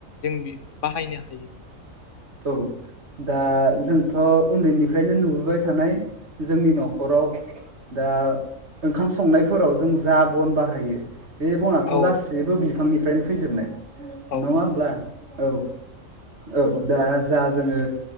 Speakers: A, on the left; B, on the right.
A: जों बि बाहायनो हायो
B: औ दा जोंथ' उन्दैनिफ्रायनो नुबोबाय थानाय। जोंनि न'खराव दा ओंखाम संनायफोराव जों जा बन बाहायो बे बनाथ'
A: औ
B: गासिबो बे बिफांनिफ्रायनो फैजोबनाय।
A: औ
B: नङा होमब्ला औ औ दा जा जोङो